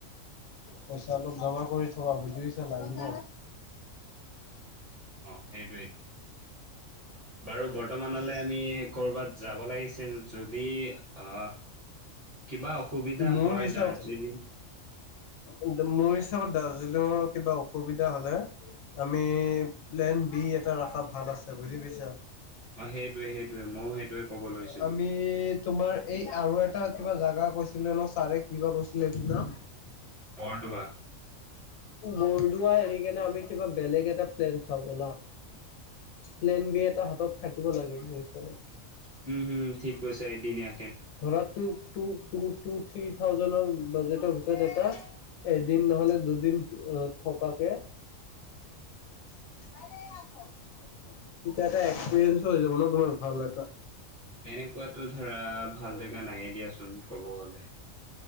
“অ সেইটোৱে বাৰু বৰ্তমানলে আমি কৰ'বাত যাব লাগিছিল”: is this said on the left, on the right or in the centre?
Right